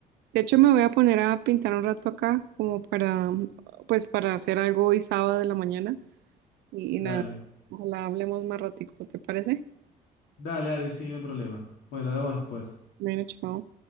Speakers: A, on the right; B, on the left.
A: De hecho, me voy a poner a pintar un rato acá, como para, pues, para hacer algo hoy sábado de la mañana. Y, y
B: Dale.
A: nada, ojalá hablemos más ratico, ¿te parece?
B: Dale, dale, sí, no hay problema. Bueno, hablamos después.
A: Bueno, chao.